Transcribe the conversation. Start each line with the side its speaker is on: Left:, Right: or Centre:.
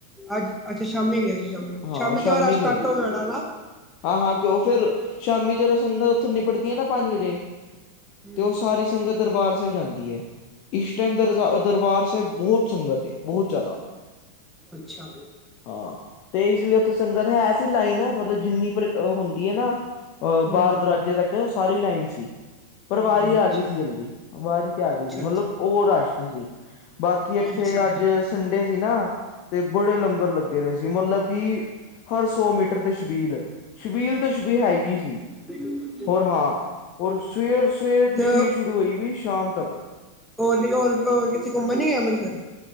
Centre: ਅੱਜ, ਅੱਛਾ ਸ਼ਾਮੀ ਗਏ ਸੀ,
Left: ਹਾਂ
Centre: ਸ਼ਾਮੀ ਤੇ ਰਸ਼
Left: ਗਏ
Centre: ਘੱਟ ਹੋ ਜਾਣਾ ਹਨਾ।
Left: ਹਾਂ- ਹਾਂ ਕਿਉਂ ਫੇਰ, ਸ਼ਾਮੀ ਜਦੋਂ ਸੰਗਤ ਉੱਥੋਂ ਨਿਪਟਦੀ ਹੈ ਨਾ ਪੰਜ ਵਜੇ,
Centre: ਹੂੰ
Left: ਤੇ ਉਹ ਸਾਰੀ ਸੰਗਤ ਦਰਬਾਰ ਸਾਹਿਬ ਜਾਂਦੀ ਏ, ਇਸ ਟਾਈਮ ਦਰ ਦਰਬਾਰ ਸਾਹਿਬ ਬਹੁਤ ਸੰਗਤ ਏ, ਬੋਤ ਜ਼ਿਆਦਾ!
Centre: ਅੱਛਾ
Left: ਹਾਂ, ਤੇ ਇਸ ਲਈ ਉੱਥੇ ਸੰਗਤ ਹੈ ਸੀ, ਲਾਈਨ ਮਤਲਬ ਜਿੰਨੀ ਪਰ ਹੁੰਦੀ ਹੈ ਨਾ, ਅ,
Centre: ਹੂੰ
Left: ਬਾਹਰ ਦਰਵਾਜੇ ਤੱਕ ਸਾਰੀ ਲਾਈਨ ਸੀ। ਪਰ
Centre: ਹੂੰ
Left: ਵਾਰੀ ਆ
Centre: ਅੱਛਾ
Left: ਗਈ ਸੀ ਜਲਦੀ, ਵਾਰੀ ਤੇ ਆ ਗਈ
Centre: ਅੱਛਾ
Left: ਸੀ ਮਤਲਬ, ਉਹ ਰਸ਼ ਨਹੀਂ ਸੀ। ਬਾਕੀ ਇੱਥੇ
Centre: ਅੱਛਾ ਅੱਛਾ
Left: ਅੱਜ ਸੰਡੇ ਸੀ ਨਾ, ਤੇ ਬੜੇ ਲੰਗਰ ਲੱਗੇ ਦੇ ਸੀ, ਮਤਲਬ ਕਿ, ਹਰ ਸੌ ਮੀਟਰ ਤੇ ਸ਼ਬੀਲ -ਸ਼ਬੀਲ ਤੇ ਸ਼ਬੀਲ ਹੈਗੀ ਸੀ।
Centre: ਸਹੀ ਗੱਲ ਆ।
Left: ਹੋਰ ਹਾਂ, ਔਰ ਸਵੇਰ-ਸਵੇਰੇ ਦੀ
Centre: ਤੇ
Left: ਛਬੀਲ ਸ਼ੁਰੂ ਹੋਈ ਵੀ ਸ਼ਾਮ ਤੱਕ!
Centre: ਹੋਰ ਜੀ ਹੋਰ- ਹੋਰ ਕਿੱਤੇ ਘੁੰਮਣ ਨਹੀਂ ਆਏ ਅੰਮ੍ਰਿਤਸਰ!